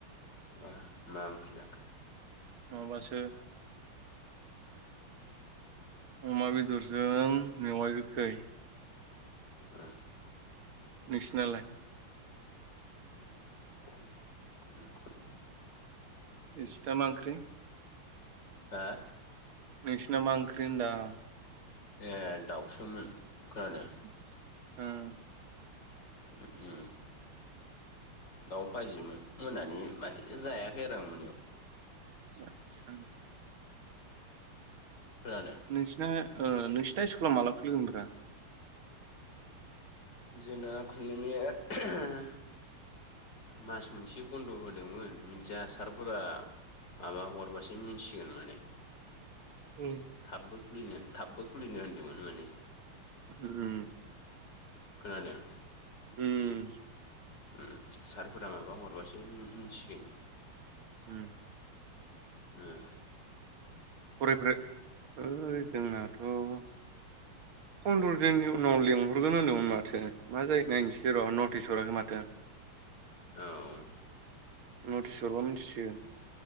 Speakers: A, on the left (about 50°); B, on the right (about 70°).
A: <unintelligible>
B: नङाबासो।
A: <inaudible>
B: अमा बेदरजों मेवाइ गोखै।
A: <unintelligible>
B: नोंसिनालाय?
A: <unintelligible>
B: इसिथामा ओंख्रि?
A: हा?
B: नोंसिना मा ओंख्रि होनदां।
A: ए दाउसोमोन खोनादों
B: <unintelligible>
A: उ उ। दाउ फाजिमोन मोनानि माने जायाखै आरो आं मोनायाव।
B: आदसा आदसा।
A: <unintelligible>
B: नोंसिना नोंसिोरथा स्कुलाव माला खुलिगोन ब्रा?
A: जोंना खुलिनाय <unintelligible> मास मोनसे बन्द' होदोंमोन मिन्थिया सारफोरा माबा हरबासो मिथिगोन माने।
B: उम।
A: थाबबो खुलिनो थाबबो खुलिनो होनदोंमोन माने।
B: उ उ।
A: खोनादों?
B: उम।
A: उम सारफोरा माबा हरबासो उ मिथिसिगोन।
B: उम।
A: उम।
B: फरायफोरो ओइ जोंनाथ' फन्द्र' दिननि उनाव लेंहरगोन होनदोंमोन माथो मा जायो नायनोसै र' नटिस हराखै माथो।
A: औ।
B: नटिस हरबा मिथिसिगोन।